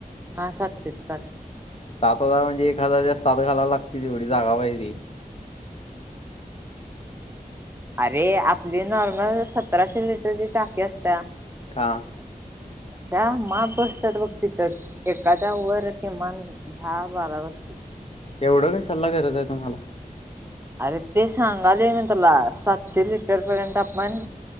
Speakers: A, on the right (about 15°); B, on the left (about 45°).
A: हा सातशे सात.
B: सात हजार म्हणजे एक हजारच्या सात घालायला लागतील तेवढी जागा पाहिजे.
A: अरे आपली नॉर्मल सतराशे लिटरची टाकी असते.
B: हा.
A: अशा माप बसतात बघ तिथ एकाच्या वर किमान दहा, बारा तेच कि <unintelligible>
B: एवढं का सल्ला गरज आहे तुम्हाला.
A: अरे ते सांगालोय मी तुला सातशे लिटरपर्यंत. पण